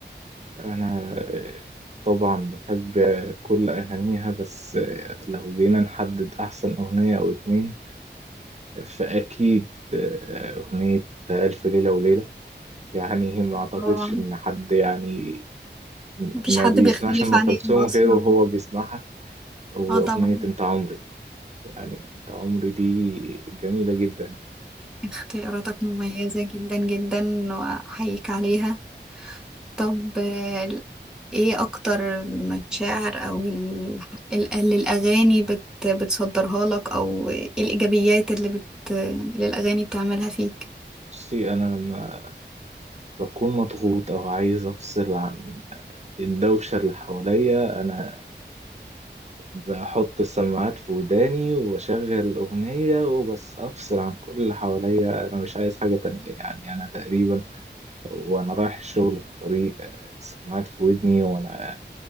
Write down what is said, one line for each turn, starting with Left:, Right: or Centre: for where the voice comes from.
Right: أنا طبعا بحب كل أغانيها بس لو جينا نحدد أحسن أغنية أو اتنين فأكيد أغنية ألف ليلة وليلة يعني ما أعتقدش
Centre: طبعا
Right: إن حد يعني
Centre: مفيش
Right: ما
Centre: حد
Right: بيسمعش
Centre: بيختلف
Right: أم
Centre: عليها
Right: كلثوم
Centre: اصلا
Right: غيره وهو بيسمعها وأغنية
Centre: اه طبعا
Right: أنت عمري يعني أنت عمري دي جميلة جدا
Centre: اختياراتك مميزة جدا جدا واحييك عليها طب آه، ايه اكتر المشاعر او ال... ال... اللي الاغاني بت... بتصدرها لك او ايه الايجابيات اللي بت... اللي الاغاني بتعملها فيك
Right: بصي أنا لما بكون مضغوط أو عايز أفصل عن الدوشة اللي حواليا أنا بحط السماعات في وداني وأشغل أغنية وبس أفصل عن كل اللي حواليا أنا مش عايز حاجة تانية يعني أنا تقريبا وأنا رايح الشغل في الطريق آه، السماعات في ودني وأنا